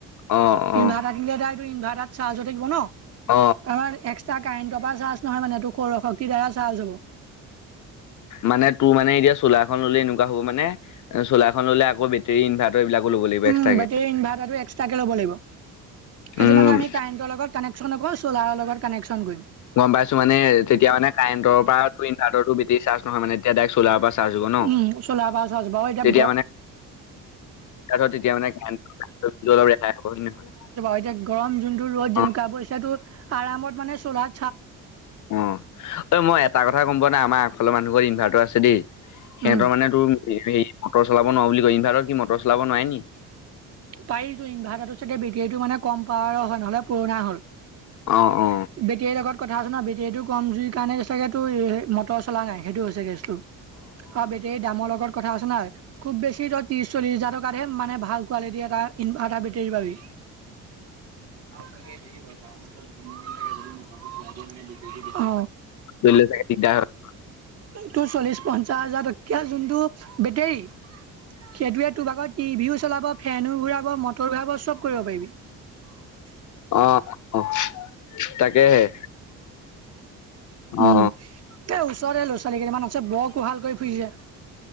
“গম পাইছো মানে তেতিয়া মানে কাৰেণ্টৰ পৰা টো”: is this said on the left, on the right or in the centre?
Left